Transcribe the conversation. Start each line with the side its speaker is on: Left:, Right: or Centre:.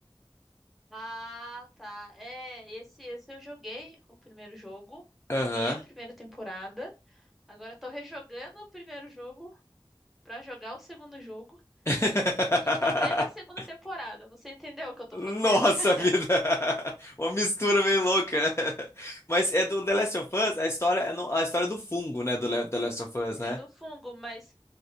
Centre: Ah, tá. É, esse, esse eu joguei o primeiro jogo,
Left: Aham.
Centre: vi a primeira temporada. Agora tô rejogando o primeiro jogo pra jogar o segundo jogo
Left: <laughs>
Centre: e tô vendo a segunda temporada. Você entendeu o que eu tô
Left: Nossa
Centre: fazendo? <laughs>
Left: vida! <laughs> Uma mistura meio louca. <laughs> Mas é do The Last of Us, a história é no- a história do fungo, né? Do Le- The Last of Us, né?
Centre: É do fungo, mas